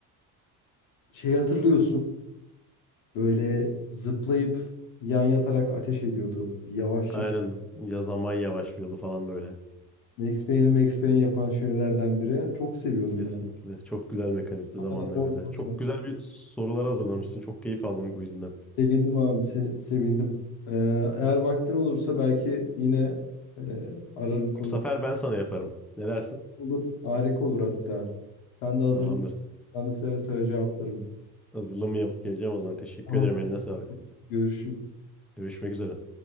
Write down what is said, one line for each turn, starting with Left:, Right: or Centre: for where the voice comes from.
Left: şeyi hatırlıyorsun. Böyle zıplayıp yan yatarak ateş ediyordu. Bir yavaş çek.
Centre: Aynen ya zaman yavaşlıyordu falan böyle.
Left: Max Payne'i Max Payne yapan şeylerden biri. Çok seviyordum
Centre: Kesinlikle.
Left: ya.
Centre: Çok güzel mekanikti
Left: O
Centre: zamanla
Left: kadar oldu.
Centre: göre. Çok güzel bir sorular hazırlamışsın. Çok keyif aldım bu yüzünden.
Left: Sevindim abi, se- sevindim. Ee, eğer vaktin olursa belki yine e, ararım konuşurum.
Centre: Bu sefer ben sana yaparım. Ne dersin?
Left: Olur. Harika olur hatta. Sen de hazırlan.
Centre: Tamamdır.
Left: Ben de seve seve cevaplarım.
Centre: Hazırlığımı yapıp geleceğim o zaman. Teşekkür
Left: Tamam.
Centre: ederim. Eline sağlık.
Left: Görüşürüz.
Centre: Görüşmek üzere.